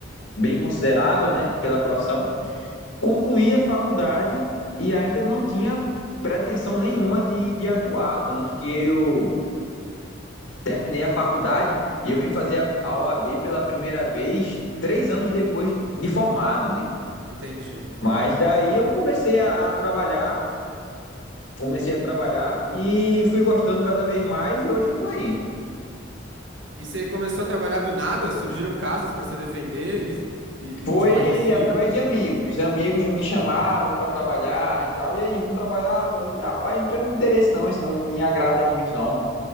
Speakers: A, on the left; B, on the right.
A: bem considerável, né, pela profissão. Concluí a faculdade e ainda não tinha pretensão nenhuma de, de atuar, tanto que eu terminei a faculdade e eu vim fazer a, a OAB pela primeira vez três anos depois de formado, né?
B: entendi.
A: Mas daí eu comecei a, a trabalhar comecei a trabalhar e fui gostando cada vez mais e hoje eu tô aí.
B: E você começou a trabalhar do nada? Surgiram casos pra você defender e, e-
A: Foi
B: e de conhecidos?
A: através de amigos. Amigos me chamavam
B: Aham.
A: para trabalhar e tal. E aí, vamos trabalhar? Pô, eu falei, rapaz, não tenho interesse não, isso não me agrada muito não.